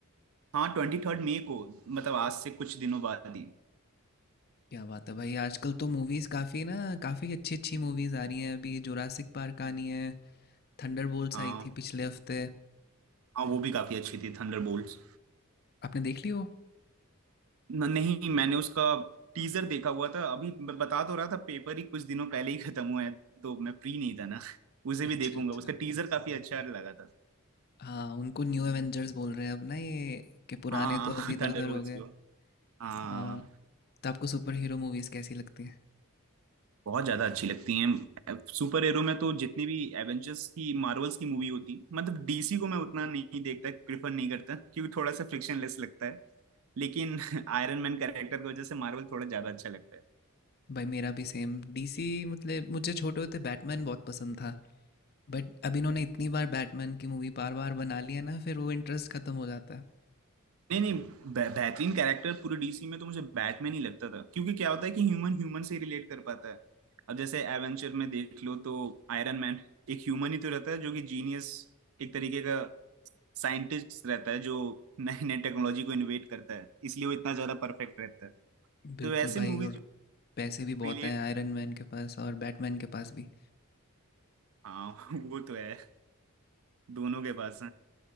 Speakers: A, on the right (about 65°); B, on the left (about 45°).
A: हाँ ट्वेंटी थर्ड मई को मतलब आज से कुछ दिनों बाद ही
B: क्या बात है भाई आजकल तो मूवीज़ काफ़ी ना काफ़ी अच्छी अच्छी मूवीज़ आ रही हैं अभी जुरासिक पार्क आनी है थंडरबोल्ट्स
A: हाँ
B: आई थी पिछले हफ्ते
A: हाँ वो भी काफी अच्छी थी थंडरबोल्ट्स
B: आपने देख ली वो
A: न, नहीं मैंने उसका टीजर देखा हुआ था अभी मैं बता तो रहा था पेपर ही कुछ दिनों पहले ही खत्म हुआ है तो मैं फ्री नहीं था ना <laughs> उसे भी
B: अच्छा
A: देखूंगा
B: अच्छा
A: उसका टीजर काफी अच्छा लगा था
B: हाँ उनको न्यू एवेंजर्स बोल रहे हैं अब ना ये कि पुराने
A: हाँ
B: तो
A: <laughs>
B: अभी इधर
A: थंडरबोल्ट्स
B: उधर हो गए
A: को हाँ
B: हाँ तो आपको सुपर हीरो मूवीज़ कैसी लगती हैं
A: बहुत ज्यादा अच्छी लगती हैं सुपर हीरो में तो जितनी भी एवेंजर्स की मार्वल्स की मूवी होती मतलब डीसी को मैं उतना नहीं देखता प्रिफर नहीं करता क्योंकि थोड़ा सा फ्रिक्शनलेस लगता है लेकिन <laughs> आयरन मैन कैरेक्टर की वजह से मार्वल थोड़ा ज्यादा अच्छा लगता है
B: भाई मेरा भी सेम डीसी मतलब मुझे छोटे होते बैटमैन बहुत पसंद था बट अब इन्होंने इतनी बार बैटमैन की मूवी बार बार बना ली है ना फिर वो इंटरेस्ट खत्म हो जाता है
A: नहीं नहीं बे- बेहतरीन कैरेक्टर पूरे डीसी में तो मुझे बैटमैन ही लगता था क्योंकि क्या होता है कि ह्यूमन ह्यूमन से रिलेट कर पाता है अब जैसे एवेंचर में देख लो तो आयरन मैन एक ह्यूमन ही तो रहता है जो कि जीनियस एक तरीके का साइंटिस्ट रहता है जो नए नए टेक्नोलॉजी को इनोवेट करता है इसलिए वो इतना ज्यादा परफेक्ट रहता है
B: बिल्कुल
A: तो ऐसे
B: भाई
A: मूवीज
B: और पैसे भी बहुत
A: रिलेट
B: हैं आयरन मैन के पास और बैटमैन के पास भी
A: हाँ <laughs> वो तो है दोनों के पास